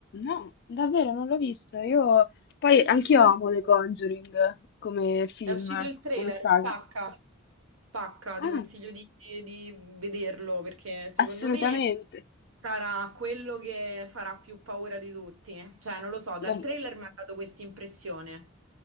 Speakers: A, on the left; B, on the right.
A: No, davvero non l'ho visto. Io poi
B: Sì,
A: anch'io
B: è uscito
A: amo
B: il trailer.
A: The Conjuring come film,
B: È uscito il trailer,
A: come saga.
B: spacca, spacca,
A: Ah,
B: ti consiglio di, di vederlo perché secondo
A: assolutamente.
B: me sarà quello che farà più paura di tutti. Cioè, non lo so, dal
A: Lo-
B: trailer mi ha dato questa impressione.